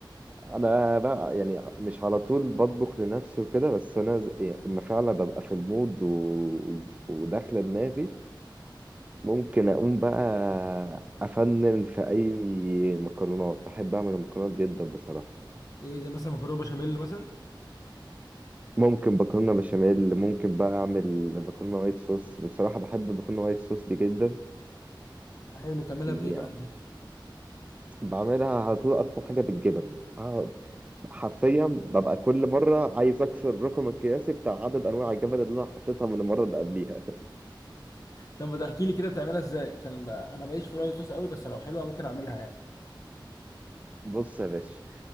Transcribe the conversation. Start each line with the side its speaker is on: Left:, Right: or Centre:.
Right: انا بقى يعني مش على طول بطبخ لنفسي وكده بس انا ز- يعني اما فعلا ببقى في المود و... وداخله دماغي ممكن اقوم بقى افنن في اي مكرونات بحب اعمل المكرونات جدا بصراحه
Left: ايه زي مثلا مكرونه بشاميل مثلا
Right: ممكن مكرونه بشاميل ممكن بقى اعمل مكرونه وايت صوص بصراحه بحب المكرونه وايت صوص دي جدا
Left: حلو بتعملها بايه
Right: يعني
Left: بقى دي
Right: بعملها على طول اكتر حاجه بالجبن اقعد حرفيا ببقى كل مره عايز اكسر الرقم القياسي بتاع عدد انواع الجبن اللي انا حطيتها من المره اللي قبليها
Left: طب ما تحكي لي كده بتعملها ازاي عشان بقى انا ماليش في رايي صوص قوي بس لو حلوه ممكن اعملها يعني
Right: <laughs> بص يا باشا